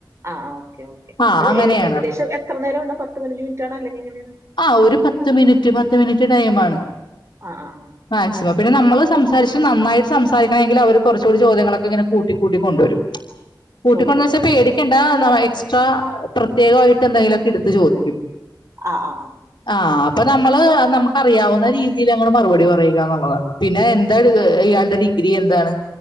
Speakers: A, on the right (about 40°); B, on the left (about 75°).
A: ആ് ഓക്കെ ഓക്കെഏ
B: ആ അങ്ങനെയാണ്
A: ഏകദേശം
B: അപ്പൊ
A: എത്ര നേരം ഉണ്ട പത്ത് മിന് റ്റ് ആണോ അല്ലെങ്കിൽ എങ്ങനെണ്
B: ആ ഒരു പത്ത് മിനിറ്റ് പത്ത് മിനിറ്റ് ടൈമാ ണ്
A: ആ ആ ആ
B: മാക്സിമം പിന്നെ നമ്മള് സംസാരിച്ച് നന്നായിട്ട് സംസാരിക്കണമെങ്കിൽ അവർ കുറച്ചുകൂടി ചോദ്യങ്ങളൊക്കെ ഇങ്ങനെ കൂട്ടി കൂട്ടി കൊണ്ടുവരും കൂട്ടിക്കൊണ്ട
A: ചോദിക്കും
B: ന്ന് വെച്ചാ
A: നമ്മളോട്
B: പേടിക്കണ്ട ന്നാ എക്സ്ട്രാ പ്രത്യേകായിട്ട് എന്തെങ്കിലും ഒക്കെ എടുത്ത് ചോദിക്കും
A: ആ ആ ആ
B: ആ അപ്പൊ നമ്മള് നമുക്ക്റിയാവുന്ന രീതിൽ ഞമ്മൾ മറുപടി പറയുകന്നുള്ളതാണ് പിന്നെ എന്താണ് ഇയാളുടെ ഡിഗ്രി എന്താണ്